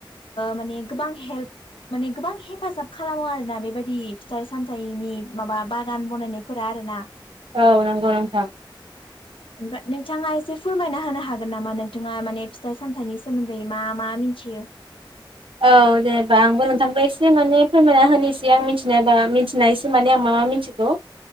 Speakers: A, on the left; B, on the right.
A: माने ओ गोबां हेल्प माने गोबां हेफाजाब खालामो आरोना बेबायदि फिथाइ सामथायाइनि माबा बागान बनायनायफोरा आरोना।
B: औ नंगौ नोंथां।
A: ओमफ्राय नोंथाङा एसे फोरमायना होनो हागोन नामा नोंथाङा माने फिथाइ सामथाइनि सोमोन्दै मा मा मिथियो?
B: औ जेनेबा आंबो नोंथांखौ एसे माने फोरमायना होनोसै आं मिथिनायबा मिथिनासो माने आं मा मा मिथिगौ